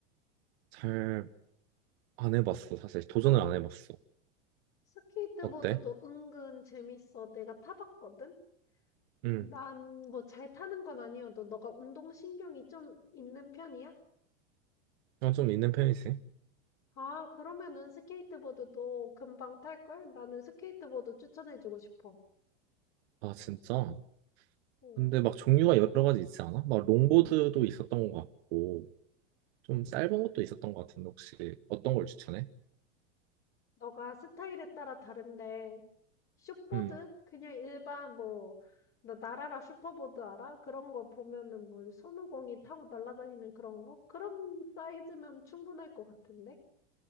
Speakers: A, on the right; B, on the left.
A: 잘 안 해봤어. 사실 도전을 안 해봤어.
B: 스케이트보드도
A: 어때?
B: 은근 재밌어. 내가 타봤거든?
A: 음,
B: 난 뭐 잘 타는 건 아니어도 너가 운동신경이 좀 있는 편이야?
A: 어, 좀 있는 편이지.
B: 아, 그러면은 스케이트보드도 금방 탈걸? 나는 스케이트보드 추천해주고 싶어.
A: 아, 진짜?
B: 응.
A: 근데 막 종류가 여러 가지 있지 않아? 막 롱보드도 있었던 것 같고 좀 짧은 것도 있었던 것 같은데 혹시 어떤 걸 추천해?
B: 너가 스타일에 따라 다른데 숏보드?
A: 음.
B: 그냥 일반 뭐 나 나라라 슈퍼보드 알아? 그런 거 보면은 뭐 손오공이 타고 날아다니는 그런 거? 그런 사이즈면 충분할 것 같은데?